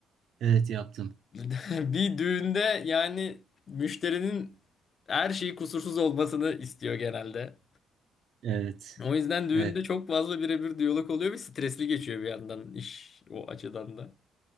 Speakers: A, on the right; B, on the left.
A: Evet yaptım.
B: <laughs> Bir düğünde yani müşterinin her şeyi kusursuz olmasını istiyor genelde.
A: Evet.
B: O yüzden düğünde
A: Evet.
B: çok fazla birebir diyalog oluyor ve stresli geçiyor bir yandan iş o açıdan da.